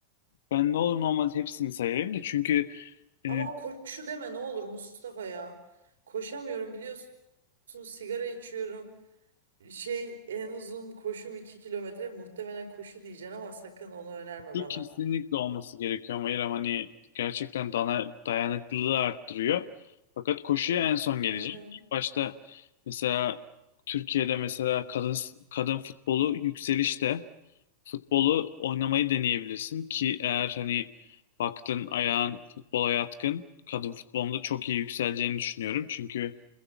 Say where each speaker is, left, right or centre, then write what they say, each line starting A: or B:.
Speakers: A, on the left; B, on the right.
A: ben ne olur ne olmaz hepsini sayayım da çünkü e,
B: Ama koşu deme ne olur Mustafa ya. Koşamıyorum biliyorsun sigara içiyorum. Şey en uzun koşum 2 kilometre muhtemelen koşu diyeceksin ama sakın onu önerme
A: şu
B: bana.
A: kesinlikle olması gerekiyor ama İrem hani gerçekten dana, dayanıklılığı arttırıyor. Fakat koşuya en son geleceğim.
B: Hı
A: İlk başta mesela Türkiye'de mesela kadın kadın futbolu yükselişte. futbolu oynamayı deneyebilirsin ki eğer hani baktın
B: hı.
A: ayağın futbola yatkın kadın futbolunda çok iyi yükseleceğini düşünüyorum. Çünkü